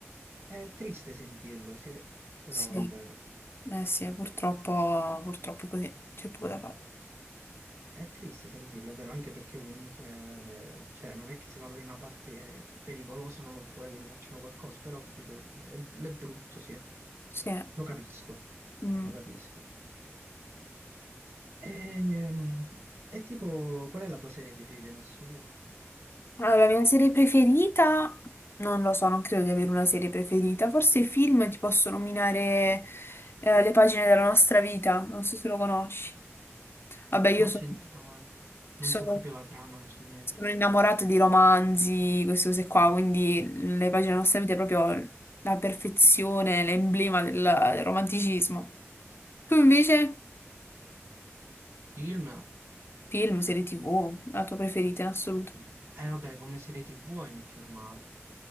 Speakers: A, on the right; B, on the left.
A: È triste sentirlo, sì, però
B: Sì,
A: è vero.
B: eh sì, purtroppo, purtroppo è così, c'è poco da fare.
A: È triste sentirlo, è vero, anche perché comunque, eh, cioè, non è che se vado in una parte pericolosa non ho paura che mi facciano qualcosa, però, ho capito, è, è brutto, sì,
B: Sì.
A: lo capisco,
B: mm.
A: lo capisco. Ehm, E, tipo, qual è la tua serie preferita in assoluto?
B: Allora, la mia serie preferita, non lo so, non credo di avere una serie preferita. Forse i film ti posso nominare eh, le pagine della nostra vita, non so se lo conosci. Vabbè, io
A: Non
B: so-
A: ho sentito, ma
B: sono,
A: non so proprio la trama, non so niente.
B: sono innamorata di romanzi, queste cose qua, quindi le pagine nostalgiche è proprio la perfezione, l'emblema del, del romanticismo. Tu invece,
A: Film?
B: film, serie TV, la tua preferita in assoluto.
A: Eh, vabbè, come serie TV hai Meet Your Mother.